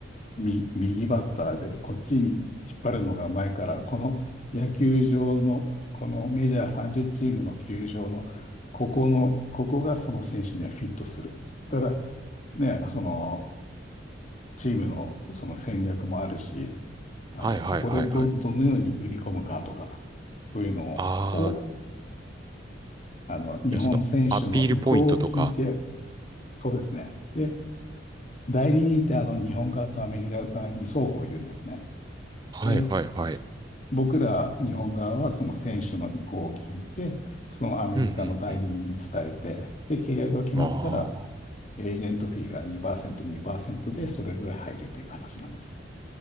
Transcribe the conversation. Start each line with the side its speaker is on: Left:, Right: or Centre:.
Left: み右バッターでこっちに引っ張るのがうまいから、この野球場の、このメジャー30チームの球場の、ここの、ここがその選手にはフィットする。ただ、ね、そのチームのその戦略もあるし、あの、
Right: はいはいはいはい。
Left: そこでど、どのように売り込むかとか、そういうのを、
Right: あー、い
Left: あの、日本選手の意向を聞いて、
Right: やその、アピールポイントとか。
Left: そうですね。で、代理人ってあの、日本側とアメリカ側に双方いるんですね。
Right: はいはいはい。
Left: で僕ら日本側はその選手の意向を聞いて、そのアメリカの代理人に伝えて、
Right: うんうんうん。
Left: で、契約が決まったら、
Right: あ
Left: エージェントフィーが2%、2%でそれぞれ入るという形なんですよ。